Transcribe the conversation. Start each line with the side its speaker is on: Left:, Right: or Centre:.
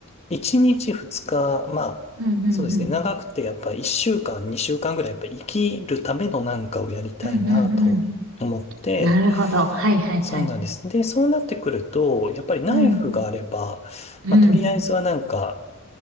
Left: 1日2日、まあ、
Right: うんうんうん。
Left: そうですね、長くてやっぱ1週間、2週間ぐらいやっぱ生きるためのなんかをやりたいなと思って、
Right: うんうんうん。なるほど。はいはいはい。
Left: そうなんです。で、そうなってくると、やっぱりナイフがあれば、
Right: うん。うん。
Left: まあ、とりあえずはなんか、